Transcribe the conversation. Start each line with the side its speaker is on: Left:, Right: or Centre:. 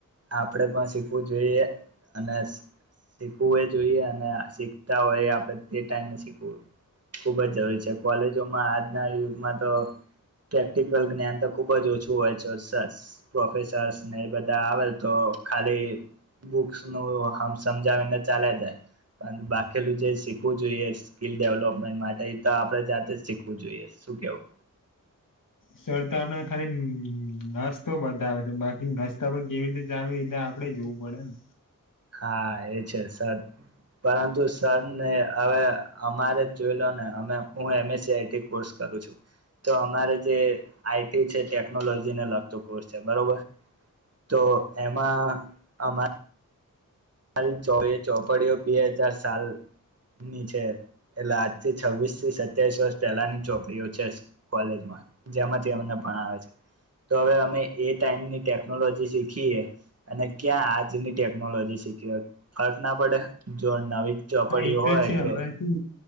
Right: આપણે પણ શીખવું જોઈએ અને શીખવું એ જોઈએ અને શીખતા હોય આપણે તે ટાઈમેં શીખવું ખુબ જ જરૂરી છે કોલેજોમાં આજના યુગમાં તો પ્રેક્ટિકલ જ્ઞાન તો ખુબ જ ઓછું હોય છે સર પ્રોફેસર્સ ને એ બધા આવે તો ખાલી બુક્સ નું હમ સમજાવીને ચાલ્યાં જાય પણ બાકીલું જે શીખવું જોઈએ સ્કીિલ ડેવલપમેન્ટ માટે તો આપે જાતે જ શીખવું જોઈએ શ કેવું
Left: સરતા આપણે ખાલી હનન રસ્તો બતાવે છે બાકી રસ્તા પર કેવી રીતે ચાલુ રીતે આપડે જવું પડે ને
Right: હા એ છે સર પરંતુ સર ને હવે અમારે જોઈ લો ને હું એમએસસી આઈટી કોર્સ કરું છું તો અમારે જે આઈટી છે ટેકનોલોજીને લગતો કોર્સ છે બરોબર તો એમા અમા મારી એ ચોપડીઓ બે હજાર સાલ ની છે એટલે આજ થી છવ્વીસ થી સત્યાવીસ વર્ષ પહેલાની ચોપડીઓ છે કોલેજમાં જેમાંથી અમને ભાણાવે છે તો હવે અમે એ ટાઈમની ટેકનોલોજી શીખીએ અને ક્યાં આજની ટેકનોલોજી શીખ ફરક ના પડે જો નવી. ચોપડીઓ
Left: હા, એ તો
Right: હોય
Left: છે.
Right: કે
Left: હવે શું?